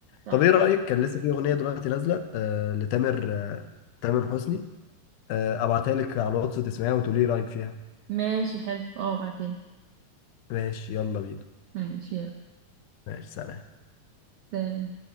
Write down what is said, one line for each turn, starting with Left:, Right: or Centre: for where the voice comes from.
Right: صح
Left: طب ايه رأيك كان لسه في اغنية دلوقتي نازلة آه لتامر آه تامر حسني آه ابعتها لك على الواتس تسمعيها وتقولي إيه رأيك فيها
Right: ماشي حلو اه بعدين
Left: ماشي يلا بينا
Right: ماشي يلا
Left: ماشي سلام
Right: سلام